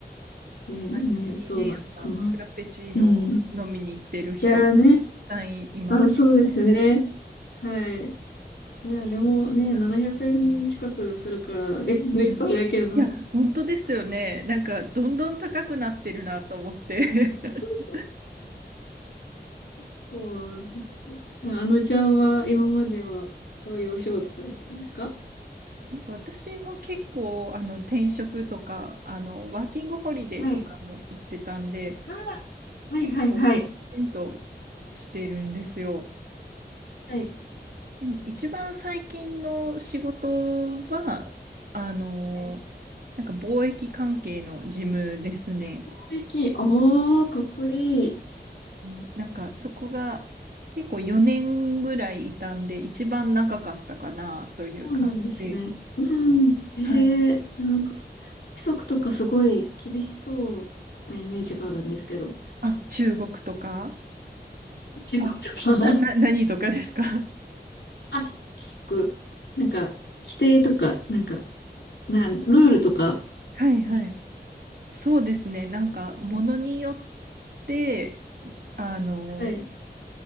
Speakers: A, on the left; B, on the right.
A: え、
B: 毎月ね、
A: ね、そうなんです。
B: やっぱフラペチーノ飲みに行ってる人も
A: まあ、うん。いやーね、
B: たくさんいますね。
A: あ、そうですね。はい。いや、あれもね、
B: 小さく楽しみに。
A: 700円近くするから、<laughs> え、もう一杯だけでも
B: うん、いや、本当ですよね。
A: 高いです。
B: なんか、どんどん高くなってるなと思って。<laughs>
A: そうそうそう。そうなんですよ。あのちゃんは今まではどういうお仕事されてたんですか
B: なんか私も結構、あの、転職とか、あの、ワーキングホリデーとかも行ってたんで、
A: はい。あらはいはいはい。
B: 結構、きちんとしてるんですよ。
A: は
B: でも一番最近の仕事は、あの、
A: い。
B: なんか貿易関係の事務ですね。
A: 雰囲気、おー、かっこいい。
B: ねなんかそこが結構4年ぐらいいたんで、一番長かったかなという感じで。
A: そうなんですね。うん。ええなんか、
B: はい。
A: 規則とかすごい厳しそうなイメージがあるんですけど。
B: あ、中国とか
A: 違うのかな
B: あ、な、な、何とかですか <laughs>
A: <laughs> あ、規則なんか、規定とか、なんか、なん、ルールとか。
B: はいはい。そうですね。なんかものによって、あの、
A: はい。